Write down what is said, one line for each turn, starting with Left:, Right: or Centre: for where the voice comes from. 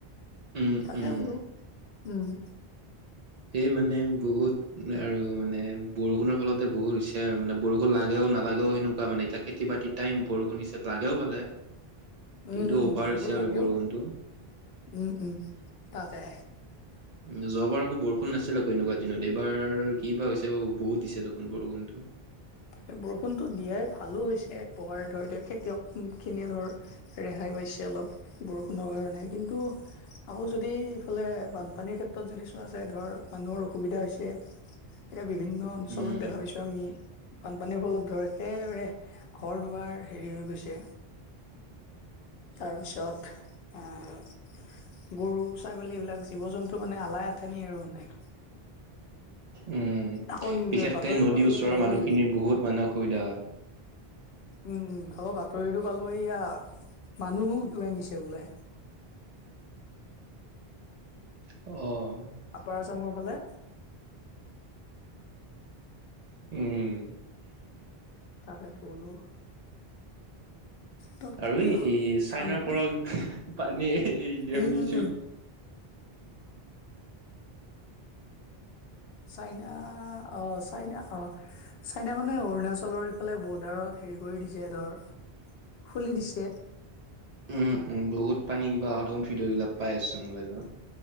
Right: উম,
Left: তাকে
Right: উম।
Left: বোলো, উম।
Right: সেই মানে বহুত আৰু, মানে বৰষুণৰ ফলতে বহুত হৈছে আৰু মানে। বৰষুণ লাগেও নালাগেও সেনেকুৱা মানে, এতিয়া খেতি বাতিৰ টাইম বৰষুণ নিচ লাগেও ভালে।
Left: উম
Right: কিন্তু
Left: উম
Right: অভাৰ
Left: বৰষুণ
Right: হৈছে আৰু
Left: লাগেও
Right: বৰষুণটো।
Left: বাৰু উম, উম, তাকে।
Right: উ, যোৱাবাৰ আকৌ বৰষুণ নাছিলে আকৌ এনেকুৱা দিনত, এইবাৰ কি বা হৈছে ব-বহুত দিছে দেখোন বৰষুণটো।
Left: তাকে বৰষুণটো দিয়াই ভালো হৈছে এক প্ৰকাৰে ধৰ, এতিয়া খেতিয়কখিনিয়ে ধৰ ৰেহাই পাইছে অলপ বৰষুণৰ কাৰণে কিন্তু আকৌ যদি ইফালে বানপানীৰ ক্ষেত্ৰত যদি চোৱা যায় ধৰ মানুহৰ অসুবিধা হৈছে।
Right: <inaudible>
Left: এতিয়া বিভিন্ন অঞ্চলত
Right: উম,
Left: দেখা পাইছোঁ আমি বানপানীৰ ফলত ধৰ একেবাৰে ঘৰ দুৱাৰ হেৰি হৈ গৈছে। তাৰপিছত আহ গৰু-ছাগলী এইবিলাক জীৱ জন্তু মানে আলাই আথেনী আৰু মানে।
Right: উম,
Left: আকৌ নি
Right: বিশেষকে
Left: বাতৰিত
Right: নদীৰ
Left: পালো
Right: ওচৰৰ
Left: হেৰি
Right: মানুহখিনিৰ বহুত মানে অসুবিধা হয়।
Left: উম, উম, আকৌ বাতৰিটো পালো এইয়া মানুহো উটুৱাই নিছে বোলে।
Right: অ'।
Left: আপাৰ আচামৰ ফালে।
Right: উম।
Left: তাকে টো বোলো। তাকেতো
Right: আৰু এই এই চাইনাৰ
Left: বানপানী
Right: পৰাউ পানী এৰি দিয়া
Left: উম
Right: শুনিছোঁ।
Left: উম উম চাইনা অঁ', চাইনা অঁ' চাইনা মানে অৰুণাচলৰ এইফালে বৰ্ডাৰত হেৰি কৰি দিছে ধৰ খুলি দিছে।
Right: উম, উম, বহুত পানী কিবা অহা ভিডিঅ' গিলাক পাই আছোঁ মোবাইলত।